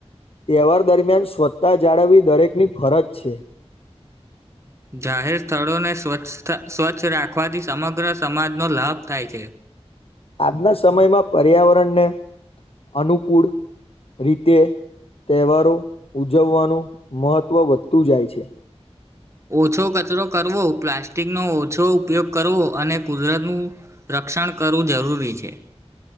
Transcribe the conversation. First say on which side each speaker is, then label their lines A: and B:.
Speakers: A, on the left (about 60°); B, on the right (about 25°).
A: તહેવાર દરમિયાન સ્વછતા જાળવવી દરેકની ફરજ છે.
B: જાહેર સ્થળોને સ્વચ્છ સ્વચ્છ રાખવાથી સમગ્ર સમાજનો લાભ થાય છે.
A: આજના સમયમાં પર્યાવરણને અનુકૂળ. રીતે તહેવારો ઉજવવાનું મહત્ત્વ વધતું જાય છે.
B: ઓછો કચરો કરવો પ્લાસ્ટિક નો ઓછો ઉપયોગ કરવો અને કુદરતનું, રક્ષણ કરવું જરૂરી છે.